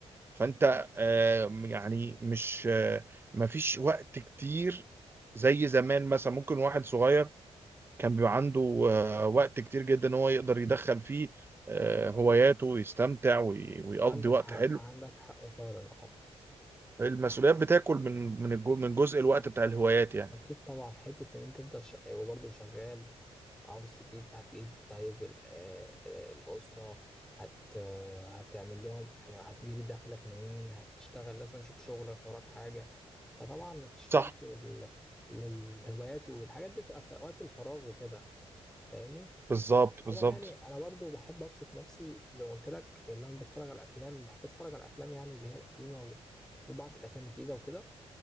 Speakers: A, on the right; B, in the centre.
A: فانت آه، يعني مش آه، مفيش وقت كتير زي زمان مثلا ممكن واحد صغير كان بيبقى عنده آه، وقت كتير جدا ان هو يقدر يدخل فيه آه، هواياته ويستمتع وي- ويقضي
B: عندك
A: وقت
B: حق
A: حلو
B: عندك حق فعلا اه
A: المسؤوليات بتاكل من من الجو- من جزء الوقت بتاع الهوايات يعني
B: اكيد طبعا حته ان انت تفضل ش... وبرضه شغال وعاوز تجيب هتجيب طيب ال... آه، آه، الاسره هت... آه، هتعمل لهم يعني هتجيب دخلك منين هتشتغل لازم نشوف شغلك وراك حاجه فطبعا مفيش
A: صح
B: وقت لل... للهوايات والحاجات دي بتبقى في اوقات الفراغ وكده فاهمني
A: بالظبط بالظبط
B: عموما يعني انا برضه بحب ابسط نفسي زي ما قلت لك اللي انا بتفرج على الافلام بحب اتفرج على الافلام يعني اللي هي القديمه و... وبعض الافلام الجديده وكده